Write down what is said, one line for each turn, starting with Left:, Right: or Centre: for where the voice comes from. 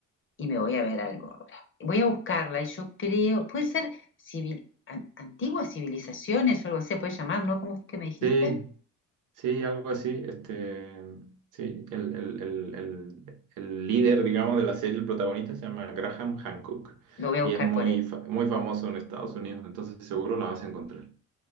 Left: y me voy a ver algo ahora. Voy a buscarla y yo creo, puede ser civil, an- antiguas civilizaciones o algo así, se puede llamar, ¿no? ¿Cómo fue que me dijiste?
Right: Sí, Sí, algo así. Este, sí, el, el- el- el- el líder, digamos, de la serie, el protagonista, se llama Graham Hancock
Left: Lo voy a
Right: y
Left: buscar
Right: es muy,
Left: por él.
Right: fa- muy famoso en Estados Unidos, entonces seguro la vas a encontrar.